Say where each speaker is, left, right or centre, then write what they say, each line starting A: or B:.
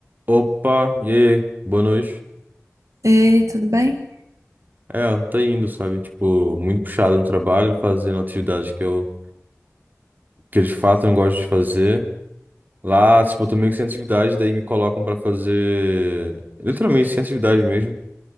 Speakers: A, on the right; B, on the right.
A: Opa, e aí, boa noite.
B: Ei, tudo bem?
A: É, tá indo, sabe? Tipo, muito puxado no trabalho, fazendo atividades que eu, que eu de fato não gosto de fazer. Lá, tipo, eu tô meio que sem atividade, daí me colocam pra fazer. Literalmente sem atividade mesmo.